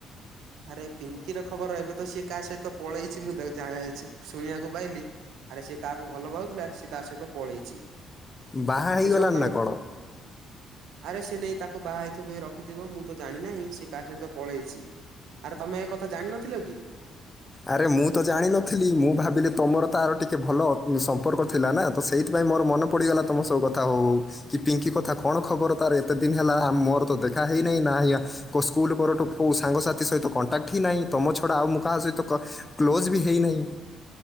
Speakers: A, on the right; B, on the left.
A: ଆରେ ପିଙ୍କିର ଖବର ଏବେ ତ ସିଏ କା ସହିତ ପଳେଇଛି ମୁ ତା ଜା ଶୁଣିବାକୁ ପାଇଲି। ଆରେ ସିଏ କାହାକୁ ଭଲ ପାଉଥିଲା ସିଏ ତା ସହିତ ପଳେଇଚି
B: ବାହା ହେଇଗଲାଣି
A: ଏସବୁ ତମେ
B: ନା କଣ
A: ଆରେ ସେ ନେଇ ତାକୁ ବାହା ହେଇଥିବ ରଖିଥିବ ମୁଁ ତ ଜାଣିନାହିଁ ସିଏ କାହା ସହିତ ପଳେଇଛି। ଆରେ ତମେ ଏ କଥା ଜାଣିନଥିଲ କି?
B: ଆରେ ମୁଁ ତ ଜାଣିନଥିଲି ମୁଁ ଭାବିଲି ତମର ତାର ଟିକେ ଭଲ ସ ମ୍ପର୍କ୍ ଥିଲା ନା ତ ସେଇଥିପାଇଁ ମୋର ମନ ପଡିଗଲା ତମ ସ କଥା ହଉ-ହଉ କି ପିଙ୍କି କଥା କଣ ଖବର ତାର କେତେ ଦିନ୍ ହେଲା ମୋର ତ ଦେଖା ହେଇନାହିଁ ନା ହିଆ କଉ ସ୍କୁଲ୍ ପରଠୁ କୋଉ ସାଙ୍ଗସାଥି ସହିତ କଣ୍ଟାକ୍ ଠି ନାହିଁ ତମ ଛଡ଼ା ଆଉ ମୁଁ କାହା ସହିତ କ କ୍ଲୋଜ୍ ବି ହେଇନାହିଁ।